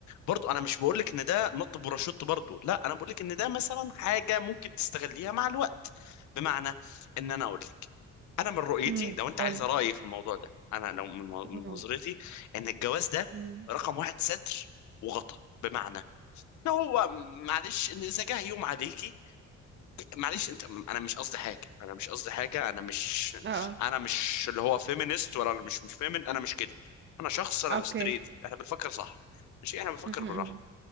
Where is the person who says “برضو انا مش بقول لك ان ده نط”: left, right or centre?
Left